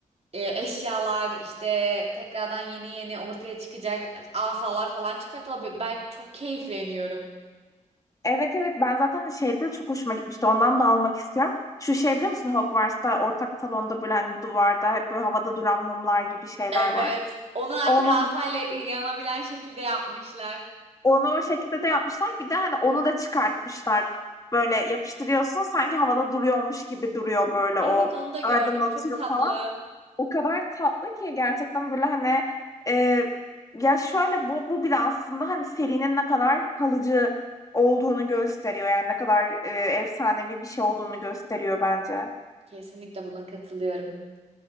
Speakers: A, on the right; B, on the left.
A: e, eşyalar işte tekrardan yeni yeni ortaya çıkacak e, asalar falan çıkartılabilir. Ben çok keyifleniyorum.
B: Evet evet ben zaten şeyde de çok hoşuma gitmişti. Ondan da almak istiyorum. Şu şey biliyor musun Hogwarts'ta ortak salonda böyle hani duvarda hep böyle havada duran mumlar gibi şeyler
A: Evet.
B: var.
A: Onu
B: Onun
A: artık asayla yanabilen şekilde yapmışlar.
B: onu o şekilde de yapmışlar. Bir de hani onu da çıkartmışlar. Böyle yapıştırıyorsun sanki havada duruyormuş gibi duruyor böyle
A: Evet
B: o
A: onu da gördüm.
B: aydınlatıyor
A: Çok tatlı.
B: falan. o kadar tatlı ki gerçekten böyle hani e, ya şöyle bu bu bile aslında hani serinin ne kadar kalıcı olduğunu gösteriyor yani ne kadar e, efsanevi bir şey olduğunu gösteriyor bence.
A: Kesinlikle buna katılıyorum.